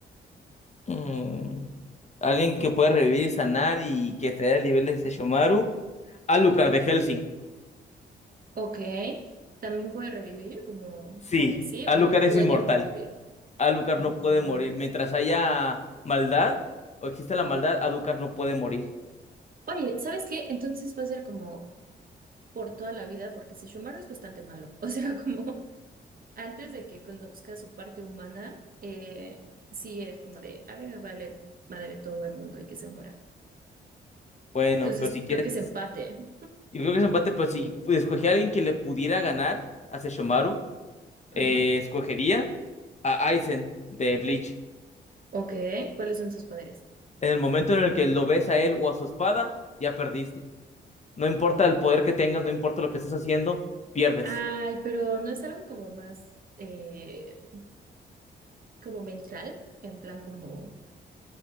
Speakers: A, on the left; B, on the right.
A: mm. Alguien que pueda revivir y sanar y que esté al nivel de Sesshomaru. Alucard de Helsing.
B: Ok, también puede revivir, como
A: Sí,
B: porque sí,
A: Alucard
B: o lo
A: es
B: pueden
A: inmortal.
B: revivir.
A: Alucard
B: Mm.
A: no puede morir. Mientras haya maldad o exista la maldad, Alucard no puede morir.
B: Oye, ¿sabes qué? Entonces va a ser como por toda la vida, porque Sesshomaru es bastante malo. <laughs> O sea, como antes de que conozca su parte humana, eh, sí es como de, a mí me vale madre todo el mundo y que se muera.
A: Bueno,
B: Entonces,
A: pero si quieres,
B: creo que es empate.
A: yo creo que es empate, pero si escogía a alguien que le pudiera ganar a Sesshomaru,
B: Ajá.
A: eh, escogería a Aizen de Bleach.
B: Ok, ¿cuáles son sus poderes?
A: En el momento en el que lo ves a él o a su espada, ya perdiste. No importa el poder que tengas, no importa lo que estés haciendo, pierdes.
B: Ay, pero no es algo como más, eh, como mental, en plan como